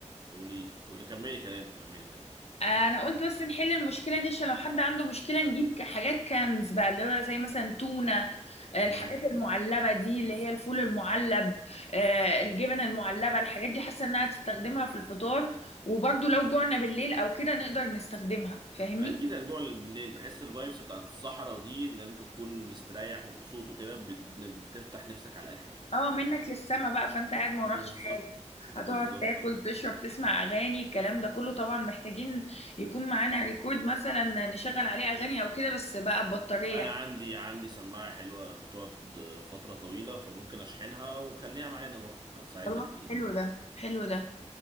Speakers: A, on the right; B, on the left.
A: قولي لي قولي كملي كلامي كملي كلامي
B: انا قلت بس نحل المشكله دي عشان لو حد عنده مشكله نجيب ك- حاجات كنز بقى اللي هو زي مثلا تونه آه، الحاجات
A: امم
B: المعلبه دي اللي هي الفول المعلب آه، الجبن المعلبه الحاجات دي حاسه انها تستخدمها في الفطار وبرده لو جوعنا بالليل او كده نقدر نستخدمها فاهمني
A: اكيد هنجوع بالليل بحس الفايبس بتاعت الصحراء ودي اللي انت تكون مستريح ومبسوط وكده بت- بتفتح نفسك على الاكل يعني
B: اه منك للسما بقى فانت قاعد ما وراكش
A: بالظبط
B: حاجه
A: بالظبط
B: هتقعد تاكل
A: اه
B: تشرب تسمع اغاني الكلام ده كله طبعا محتاجين يكون معانا ريكورد مثلا نشغل عليه اغاني او كده بس بقى ببطاريه
A: انا عندي عندي سماعه حلوه بتقعد فتره طويله فممكن اشحنها وخليها معانا برضو هتساعدنا
B: خلاص
A: كتير
B: حلو
A: يعني
B: ده حلو ده